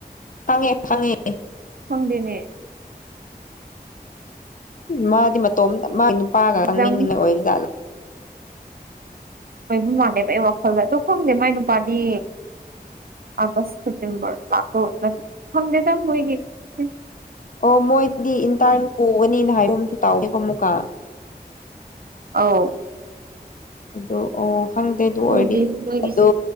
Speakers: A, on the left; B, on the right.
A: ꯈꯪꯉꯦ ꯈꯪꯉꯦ
B: ꯈꯪꯗꯦꯅꯦ
A: ꯃꯥꯗꯤ ꯃꯇꯣꯝꯇ ꯃꯥꯒꯤ ꯅꯨꯄꯥꯒ
B: ꯑꯦꯛꯖꯥꯝ
A: ꯆꯪꯃꯤꯅꯤꯡꯕ ꯑꯣꯏꯕ ꯖꯥꯠꯂꯥ
B: ꯑꯣꯏꯕ ꯃꯥꯜꯂꯦꯕ ꯑꯩ ꯋꯥꯈꯜꯗ ꯑꯗꯣ ꯈꯪꯗꯦ ꯃꯥꯏ ꯅꯨꯄꯥꯗꯤ ꯑꯥꯒꯁ ꯁꯦꯞꯇꯦꯝꯕꯔ ꯂꯥꯛꯇꯧ ꯅꯠꯇ ꯈꯪꯗꯦꯗ ꯃꯣꯏꯒꯤꯁꯤ
A: ꯑꯣ ꯃꯣꯏꯗꯤ ꯏꯟꯇ꯭ꯔꯟ ꯄꯨꯒꯅꯤꯅ ꯍꯥꯏꯕ ꯒꯨꯝꯁꯨ ꯇꯥꯎꯑꯦꯀꯣ ꯑꯃꯨꯛꯀ
B: ꯑꯥꯎ
A: ꯑꯗꯨ ꯑꯣ ꯈꯪꯗꯦ ꯑꯗꯨ
B: ꯈꯪꯗꯦ
A: ꯑꯣꯏꯔꯗꯤ
B: ꯃꯣꯏꯒꯤꯁꯦ
A: ꯑꯗꯣ